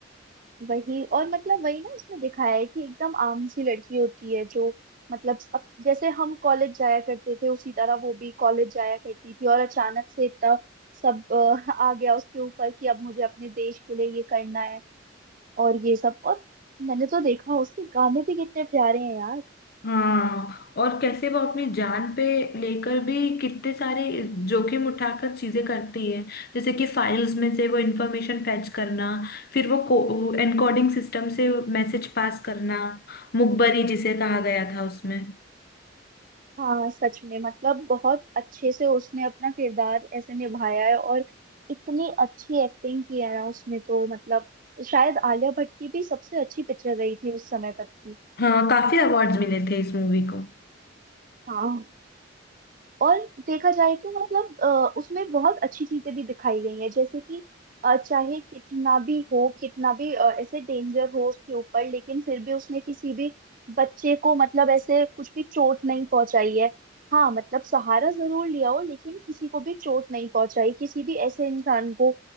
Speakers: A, on the right; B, on the left.
A: वही और मतलब वही ना इसमें दिखाया है कि एकदम आम सी लड़की होती है जो मतलब अब जैसे हम कॉलेज जाया करते थे उसी तरह वो भी कॉलेज जाया करती थी और अचानक से इतना सब अ, <laughs> आ गया उसके ऊपर कि अब मुझे अपने देश के लिए ये करना है और ये सब और मैंने तो देखा उसके गाने भी कितने प्यारे हैं यार
B: हाँ और कैसे वो अपनी जान पे लेकर भी कितने सारे जोखिम उठाकर चीजें करती है जैसे कि फाइल्स में से वो इंफॉर्मेशन फैच करना फिर वो एनकोडिंग सिस्टम से मैसेज पास करना मुखबरी जिसे कहा गया था उसमें
A: हाँ सच में मतलब बहुत अच्छे से उसने अपना किरदार ऐसे निभाया है और इतनी अच्छी एक्टिंग की है ना उसमें तो मतलब शायद आलिया भट्ट की भी सबसे अच्छी पिक्चर गई थी उस समय तक की
B: हाँ काफी अवार्ड्स मिले थे इस मूवी को
A: हाँ और देखा जाए तो मतलब अ, उसमें बहुत अच्छी चीजें भी दिखाई गई हैं जैसे कि अ, चाहे कितना भी हो कितना भी अ, ऐसे डेंजर हो उसके ऊपर लेकिन फिर भी उसने किसी भी बच्चे को मतलब ऐसे कुछ भी चोट नहीं पहुंचाई है हाँ मतलब सहारा जरूर लिया हो लेकिन किसी को भी चोट नहीं पहुंचाई किसी भी ऐसे इंसान को